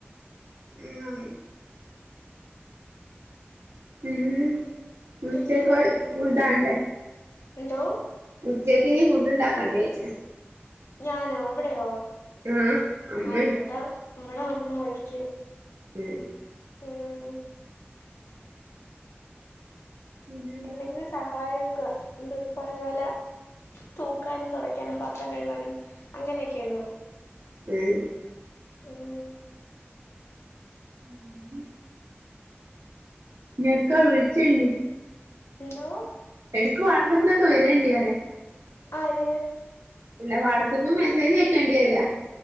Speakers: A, on the right (about 80°); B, on the left (about 75°).
A: <unintelligible> ഉം ഉച്ചക്ക്
B: പിന്നെ
A: ഫുഡ്‌ ആവണ്ടേ.
B: എന്തോ?
A: ഉച്ചെക്ക് ഇഞ്ഞ് ഫുഡ് ഇണ്ടാക്കെണ്ടെ ഓയ്ച്ചാ
B: ഞാനോ ഇവടെയോ
A: ആഹ് അമ്മേ
B: ആഹ് ഇവടെ ഇവടെ ഉമ്മ വെയ്ക്കും
A: ഏഹ് ഏഹ്
B: ഏഹ
A: പിന്നെന്താ
B: എന്തെങ്കിലും സഹായൊക്ക എന്ത് പറഞ്ഞാല തൂക്കാനും തൊടയ്ക്കാനും പാത്രം കഴുകാനും അങ്ങനെയൊക്കെയുള്ളു
A: <unintelligible>
B: ഉം
A: ഉം ന്നെക്കാ വിളിച്ച്ണ്ട്
B: എന്തോ
A: എടക്ക് വാട്സപ്പിലൊക്കെ വരേണ്ടിവരേ
B: ആര്
A: ഇല്ല വാട്സപ്പിൽ മെസേജ് അയക്കേണ്ടി വരോ